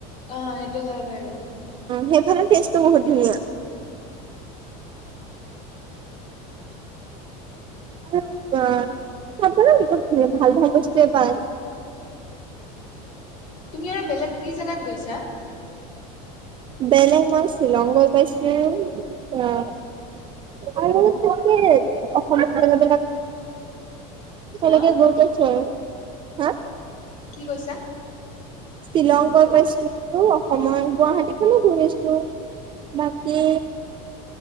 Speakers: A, on the left; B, on the right.
A: অ সেইটো হয় বাৰু।
B: সেইফালৰ টেষ্টটো বহুত দুনীয়া আৰু, আ চাত <unintelligible> ভাল ভাল বস্তুৱে পায়।
A: তুমি আৰু বেলেগ কি জেগাত গৈছা
B: বেলেগ মই শ্বিলংত গৈ পাইছিলোঁ আহ, আৰু তেওলোকে অসমত খেল বিলাক তেনেকে
A: হা
B: গৈ পাইছে হা,
A: কি কৈছা
B: শ্বিলং গৈ পাইছিলো। আৰু অসমৰ গুৱাহাটীখনো ঘূৰিছিলো। বাকী